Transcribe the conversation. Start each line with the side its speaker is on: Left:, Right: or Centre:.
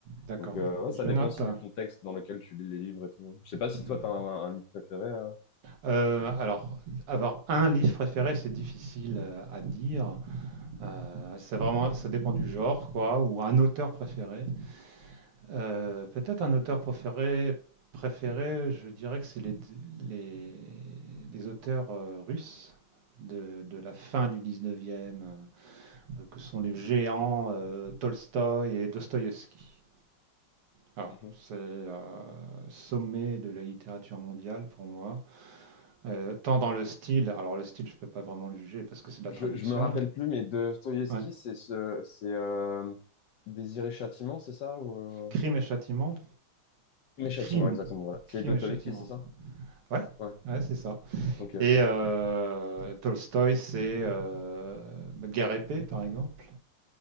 Right: d'accord.
Left: Donc, euh, ouais,
Right: Je
Left: ça dépend
Right: note.
Left: aussi du contexte dans lequel tu lis les livres et tout. Je sais pas si
Right: Mhm.
Left: toi, t'as un, un livre préféré. euh.
Right: Euh, alors, avoir un livre préféré, c'est difficile euh, à dire. Euh, c'est vraiment, ça dépend du genre, quoi, ou un auteur préféré. Euh, peut-être un auteur préféré, préféré, je dirais que c'est les, les, les auteurs euh, russes de, de la fin du 19e, euh, que sont les géants euh, Tolstoï et Dostoïevski. Voilà,
Left: Mhm.
Right: c'est euh, sommet de la littérature mondiale pour moi. Euh, tant dans le style, alors le style je peux pas vraiment le juger parce que c'est de la
Left: Je,
Right: traduction.
Left: je me rappelle plus, mais de Dostoïevski,
Right: Ouais.
Left: c'est ce, c'est euh, Désir et Châtiment, c'est ça ou, euh,
Right: Crime et châtiment.
Left: Crime et châtiment,
Right: Crime.
Left: exactement, voilà. C'est
Right: Crime
Left: d'Autovecchi,
Right: et châtiment.
Left: c'est ça?
Right: Ouais,
Left: Ouais.
Right: ouais c'est ça.
Left: Ok.
Right: Et euh, Tolstoy, c'est euh, Guerre et paix, par exemple.